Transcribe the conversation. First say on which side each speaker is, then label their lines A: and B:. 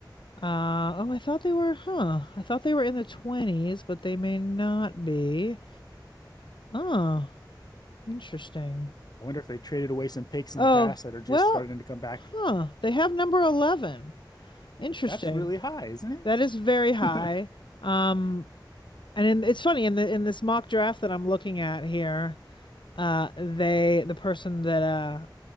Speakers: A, on the left; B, on the left.
A: Uh, oh, I thought they were, huh. I thought they were in the 20s, but they may not be. Oh, interesting.
B: I wonder if they traded away some picks in
A: Oh,
B: the past that are just
A: well,
B: starting to come back.
A: huh. They have number 11. Interesting.
B: That's really high, isn't
A: That is very high.
B: it? <laughs>
A: Um, and in, it's funny in the in this mock draft that I'm looking at here, uh, they the person that uh